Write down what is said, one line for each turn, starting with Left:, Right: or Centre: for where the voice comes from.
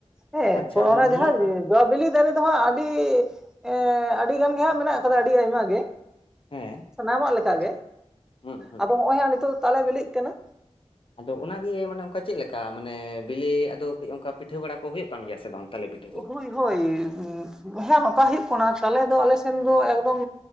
Centre: ᱦᱮᱸ
Left: ᱟᱪᱪᱷᱟ
Centre: ᱛᱚ
Left: ᱟᱫᱚ
Centre: ᱚᱱᱟ
Left: ᱱᱤᱭᱟᱹ
Centre: ᱡᱟᱦᱟᱸ ᱤᱭᱟᱹ ᱡᱚ ᱵᱤᱞᱤ ᱫᱟᱨᱮ ᱫᱚ ᱦᱟᱸᱜ ᱟᱹᱰᱤ ᱮᱻ ᱟᱹᱰᱤ ᱜᱟᱱ ᱜᱮ ᱦᱟᱸᱜ ᱢᱮᱱᱟᱜ ᱟᱠᱟᱫᱟ ᱟᱹᱰᱤ ᱟᱭᱢᱟ ᱜᱮ,
Left: ᱦᱮᱸ
Centre: ᱥᱟᱱᱟᱢᱟᱜ ᱞᱮᱠᱟᱜᱮ
Left: ᱟᱪᱪᱷᱟ ᱦᱩᱸ ᱦᱩᱸ
Centre: ᱟᱫᱚ ᱦᱚᱸᱜ-ᱚᱭ ᱦᱟᱸᱜ ᱱᱤᱛᱳᱜ ᱫᱚ ᱛᱟᱞᱮ ᱵᱤᱞᱤᱜ ᱠᱟᱱᱟ᱾
Left: ᱟᱫᱚ ᱚᱱᱟᱜᱮ ᱢᱟᱱᱮ ᱚᱱᱠᱟ ᱪᱮᱫ ᱞᱮᱠᱟ ᱢᱟᱱᱮ ᱵᱤᱞᱤ ᱟᱫᱚ ᱠᱟᱹᱡ ᱚᱱᱠᱟ ᱯᱤᱴᱷᱟᱹ ᱰᱟᱲᱟ ᱠᱚ ᱦᱩᱭᱩᱜ ᱠᱟᱱ ᱜᱮᱭᱟ ᱥᱮ ᱵᱟᱝ ᱛᱟᱞᱮ ᱯᱤᱴᱷᱟᱹ ᱠᱚ?
Centre: ᱦᱳᱭ ᱦᱳᱭ, ᱦᱮᱸ ᱱᱚᱠᱟ ᱦᱩᱭᱩᱜ ᱠᱟᱱᱟ ᱛᱟᱞᱮ ᱫᱚ ᱟᱞᱮᱥᱮᱱ ᱫᱚ ᱮᱠᱫᱚᱢ